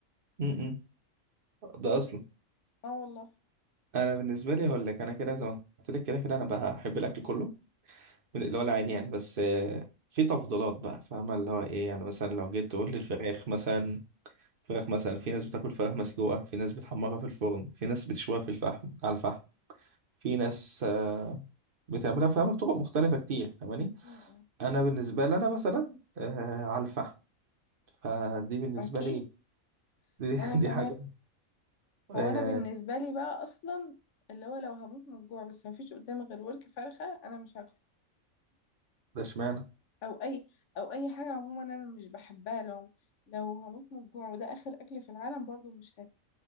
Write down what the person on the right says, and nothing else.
م-م. ده اصلا
انا بالنسبه لي هقول لك انا كده زي ما قلت لك كده كده انا بحب الاكل كله من اللي هو العادي يعني بس آه، في تفضيلات بقى فاهمه اللي هو ايه يعني مثلا لو جيت
تقول لي الفراخ مثلا فراخ مثلا في ناس بتاكل فراخ مسلوقه في ناس بتحمرها في الفرن في ناس بتشويها في الفحم على الفحم في ناس آه، بتعملها فاهمه بطرق مختلفه كتير فاهماني
انا بالنسبه لي انا مثلا آه، على الفحم فدي بالنسبه
لي دي,
<laughs>
دي حاجه آه،
ده اشمعنى